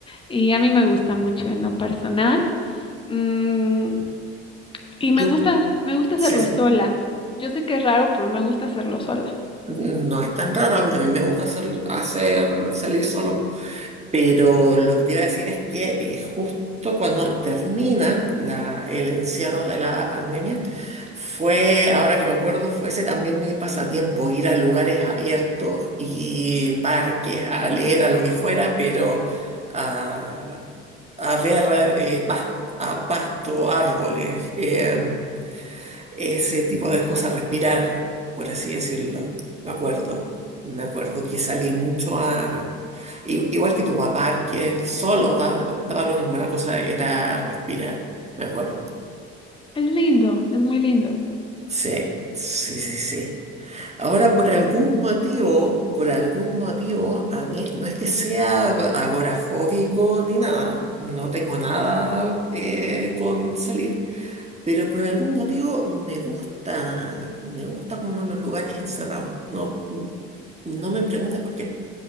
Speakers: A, on the left; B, on the right.
A: Y a mí me gusta mucho en lo personal. Mm, y me
B: Yo,
A: gusta, me gusta hacerlo
B: sí, sí.
A: sola. Yo sé que es raro, pero me gusta hacerlo sola.
B: No es tan raro. A mí también me gusta hacer, hacer salir solo. Pero lo que te iba a decir es que eh, justo cuando termina la- el encierro de la pandemia, fue, ahora que me acuerdo, fuese también mi pasatiempo, ir a lugares abiertos y parques, a leer, a lo que fuera, pero a, a ver eh, pas- a pasto, árboles. em, ese tipo de cosas, respirar, por así decirlo. Me acuerdo. Me acuerdo que salí mucho a... i- Igual que tú, a parques, solo, da- daba lo mismo, la cosa era respirar, me acuerdo.
A: Es lindo, es muy lindo.
B: Sí, sí, sí, sí. Ahora, por algún motivo, por algún motivo, a mí no es que sea agorafóbico ni nada, no tengo nada eh, con salir. Pero por algún motivo me gusta, me gusta como los lugares encerrados. No, no me preguntas por qué,